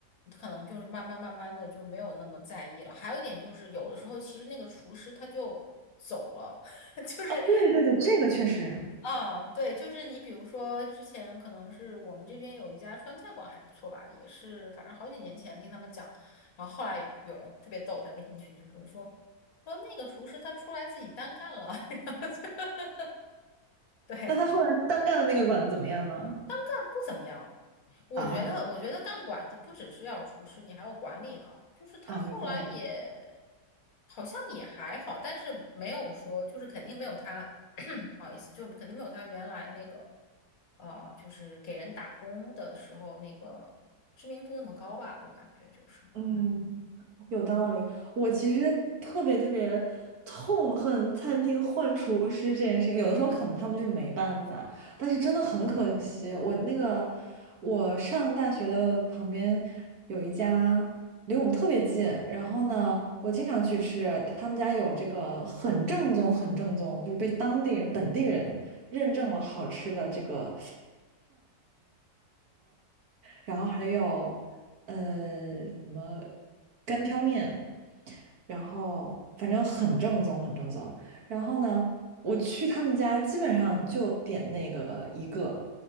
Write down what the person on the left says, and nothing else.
可能就是慢慢慢慢的就没有那么在意了。还有一点就是，有的时候其实那个厨师他就走了，<laughs> 就是
嗯，对，就是你，比如说之前可能是我们这边有一家川菜馆还不错吧，也是反正好几年前听他们讲，然后后来有人特别逗，在微信群就说说说那个厨师他出来自己单干了，<laughs> 然后就 <laughs> 对，
但不怎么样，我觉得，
我觉得干馆子不只是要厨师，你还要管理呢。就是他后来也
好像也还好，但是没有说，就是肯定没有他，<coughs> <clears throat> 不好意思，就肯定没有他原来那个，啊、就是给人打工的时候那个知名度那么高吧。我感觉就是，
嗯。